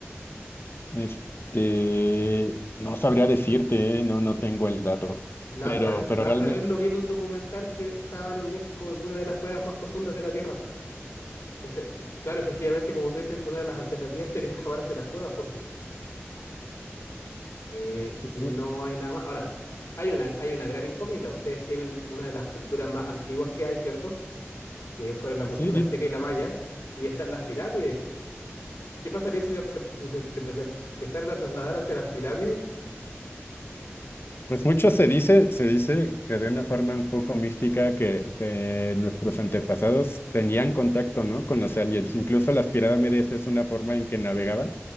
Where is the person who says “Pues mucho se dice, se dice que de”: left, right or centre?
Left